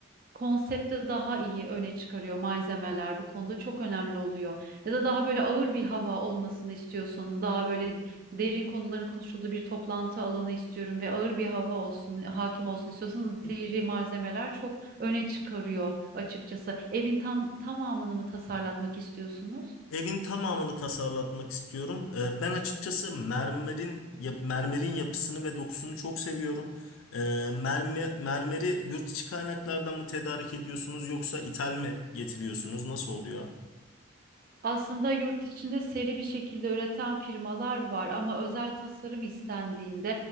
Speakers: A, on the right; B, on the left.
A: konsepti daha iyi öne çıkarıyor malzemeler bu konuda çok önemli oluyor. Ya da daha böyle ağır bir hava olmasını istiyorsanız daha böyle derin konuların konuşulduğu bir toplantı alanı istiyorum ve ağır bir hava olsun, hakim olsun istiyorsanız deri malzemeler çok öne çıkarıyor açıkçası. Evin tam, tamamını mı tasarlatmak istiyorsunuz?
B: Evin tamamını tasarlatmak istiyorum. E, ben açıkçası mermerin yap- mermerin yapısını ve dokusunu çok seviyorum. E, merme- mermeri yurt içi kaynaklardan mı tedarik ediyorsunuz yoksa ithal mi getiriyorsunuz? Nasıl oluyor?
A: Aslında yurt içinde seri bir şekilde üreten firmalar var ama özel tasarım istendiğinde